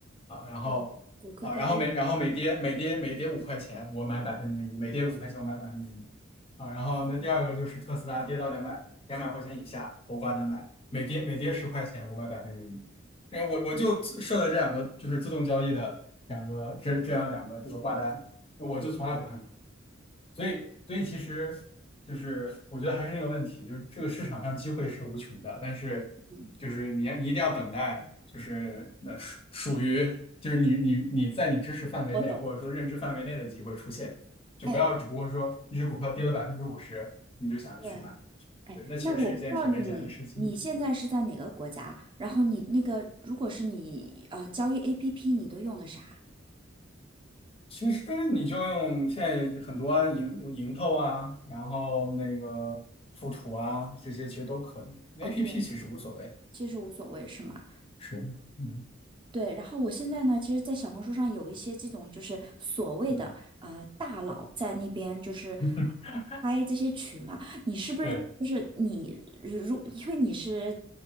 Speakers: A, on the left; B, on the right.
A: 啊，然后啊，
B: 啊，谷歌跌到一百，
A: 然后每然后每跌每跌每跌五块钱，我买百分之一，每跌五块钱我买百分之一啊。然后那第二个就是特斯拉跌到两百两百块钱以下，我挂单买，每跌每跌十块钱我买百分之一。因为我我就自设了这两个就是自动交易的两个这这样两个这个挂单，我就从来不看。所以，所以其实就是我觉得还是那个问题，就是这个市场上机会是无穷的，但是就是你要你一定要等待，
B: 嗯，
A: 就是那属属于就是你你你在你知识范围内或者说认知范围内的机会出现，
B: 我懂，
A: 就不要只不过说一只股票跌了百分之五十，
B: 哎，
A: 你就想着去买，
B: 对，哎，
A: 对，那其实是一件挺危险的事情。
B: 那我不知道你你现在是在哪个国家，然后你那个如果是你呃交易 APP，你都用的啥？
A: 其实你就用现在有很多啊，盈盈透啊，然后那个富途啊，这些其实都可以。APP
B: 哦，对，
A: 其实无所谓，
B: 其实无所谓，是吗？
A: 是的，嗯
B: 对，然后我现在呢，其实，在小红书上有一些这种就是所谓的呃大佬在那边就是
A: 嗯，<laughs>
B: 拍这些群啊，你是不是就是你如因为你是
A: 对，